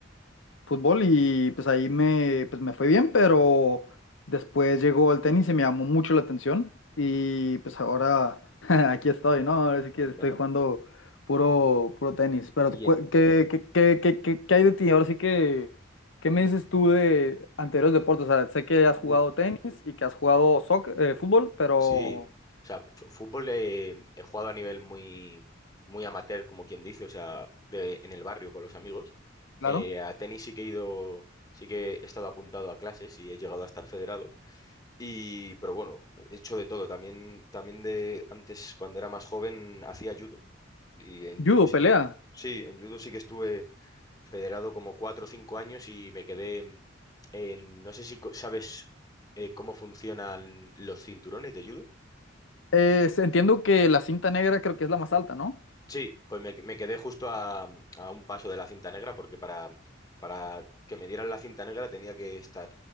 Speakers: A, on the left; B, on the left.
A: fútbol y pues ahí me, pues me fue bien, pero después llegó el tenis y me llamó mucho la atención y pues ahora <laughs> aquí estoy, ¿no? Ahora sí que
B: Anda.
A: estoy jugando puro, puro tenis, pero
B: Y
A: cu-
B: en...
A: ¿qué, qué, qué, qué, qué- qué hay de ti? Ahora sí que, ¿qué me
B: ¿Mm?
A: dices tú de anteriores deportes? O sea, sé que has jugado
B: Uh,
A: tenis y que has jugado soc- eh, fútbol, pero
B: Sí, o sea, fu- fútbol eh, he jugado a nivel muy, muy amateur, como quien dice, o sea, de- en el barrio con los amigos.
A: claro,
B: Eh, a tenis sí que he ido, sí que he estado apuntado a clases y he llegado a estar federado. Y, pero bueno, he hecho de todo. También, también de antes, cuando era más joven, hacía judo. Y en
A: judo,
B: judo sí
A: pelea.
B: que, sí, en judo sí que estuve federado como cuatro o cinco años y me quedé en, no sé si co- sabes eh, cómo funcionan los cinturones de judo.
A: Eh, entiendo que la cinta negra creo que es la más alta, ¿no?
B: Sí, pues me, me quedé justo a, a un paso de la cinta negra porque para, para que me dieran la cinta negra tenía que estar